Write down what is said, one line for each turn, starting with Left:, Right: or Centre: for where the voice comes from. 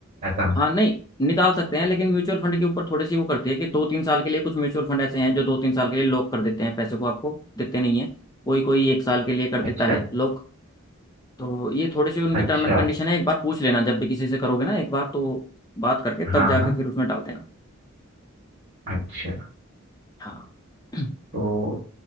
Right: ऐसा
Left: हाँ नहीं निकाल सकते हैं लेकिन म्यूचुअल फंड के ऊपर थोड़ी सी वो करती है कि दो तीन साल के लिए कुछ म्यूचुअल फंड ऐसे हैं जो दो तीन साल के लिए लॉक कर देते हैं पैसे को आपको देते नहीं है कोई कोई एक साल के लिए कर देता
Right: अच्छा
Left: है लॉक तो ये थोड़ी सी उनकी
Right: अच्छा
Left: टर्म एंड कंडीशन है एक बार पूछ लेना जब भी किसी से करोगे ना एक बार तो बात करके
Right: हाँ
Left: तब जाके
Right: हाँ
Left: फिर उसमें डाल देना
Right: अच्छा
Left: हाँ <clears throat>
Right: तो